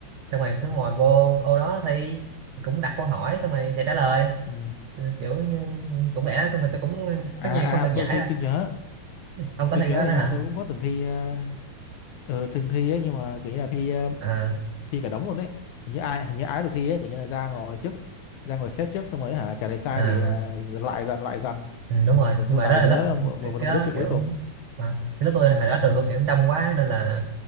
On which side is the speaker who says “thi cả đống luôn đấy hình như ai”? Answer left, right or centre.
Left